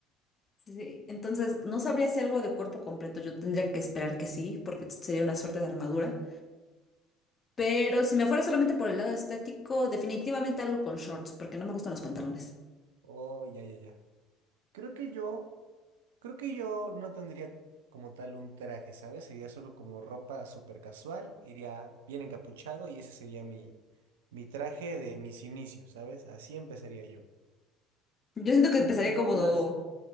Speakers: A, on the left; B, on the right.
A: Sí, entonces no sabría si algo de cuerpo completo, yo tendría que esperar que sí, porque sería una suerte de armadura. Pero si me fuera solamente por el lado estético, definitivamente algo con shorts, porque no me gustan los pantalones.
B: Oh, ya, ya, ya. Creo que yo Creo que yo no tendría como tal un traje, ¿sabes? Sería solo como ropa súper casual, iría bien encapuchado y ese sería mi, mi traje de mis inicios, ¿sabes? Así empezaría yo.
A: Yo siento que
B: Como
A: empezaría
B: solo
A: como,
B: unas,